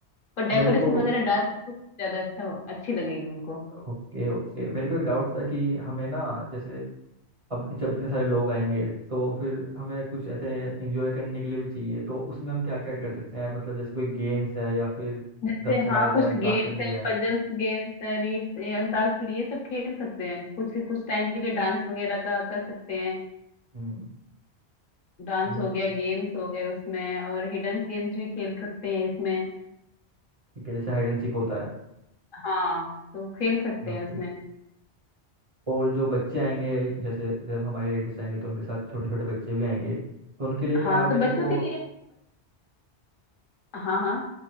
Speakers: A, on the left (about 55°); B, on the right (about 35°).
A: पर डेकोरेशन
B: मेरे को
A: वगैरह डार्क ज्यादा अच्छा हो अच्छी लगेगी उनको
B: ओके ओके मेरे को एक डाउट था कि हमें ना जैसे अब जब इतने सारे लोग आएंगे तो फिर हमें कुछ ऐसे एंजॉय करने के लिए भी चाहिए तो उसमें हम क्या क्या ऐड कर सकते हैं मतलब जैसे कोई गेम्स है या फिर
A: जैसे
B: दमसलाज
A: हाँ कुछ
B: है अंताक्षरी
A: गेम्स हैं
B: है
A: पजल्स गेम्स हैं रीड्स ये अंताक्षरी ये सब खेल सकते हैं कुछ कुछ टाइम के लिए डांस वगैरह का कर सकते हैं
B: हम्म
A: डांस
B: तो हमें
A: हो गया गेम्स हो गए उसमें और हिडन गेम्स भी खेल सकते हैं इसमें
B: ठीक है जैसे हाइड एंड सीक होता है
A: हाँ तो खेल सकते
B: ओके
A: हैं उसमें
B: और जो बच्चे आएंगे जैसे जब हमारे रिलेटिव्स आएंगे तो उनके साथ छोटे छोटे बच्चे भी आएंगे तो उनके लिए क्या
A: हाँ
B: मेरे
A: तो बच्चों
B: को
A: के लिए हाँ हाँ